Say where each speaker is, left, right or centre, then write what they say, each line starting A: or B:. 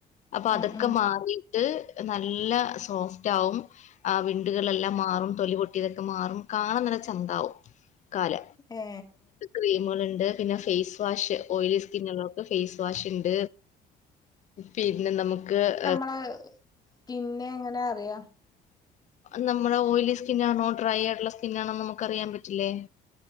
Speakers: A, on the left; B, on the left.
A: അപ്പൊ
B: ഉം
A: അതൊക്കെ
B: ഉം
A: മാറിയിട്ട് നല്ല സോഫ്റ്റ് ആകും ആ വിണ്ടുകളെല്ലാം മാറും തൊലിപൊട്ടിതൊക്കെ മാറും കാണ ചന്താവും കാല
B: ഏ
A: ക്രീമുകളുണ്ട് പിന്നെ ഫെയ്സ് വാഷ് ഓയിലി സ്കിന്നള്ളക്കെ ഫേ്സ് വാഷ് ഉണ്ട് പിന്നെ നമുക്ക് ഹെ
B: ആ പിന്നെ എങ്ങനെ അറിയാം
A: നമ്മുടെ ഓലി സ്കിൻാണോ ഡ്രൈ ആയിട്ടുള്ള സ്കിൻ ആണോ നമുക്ക് അറിയാൻ പറ്റില്ലേ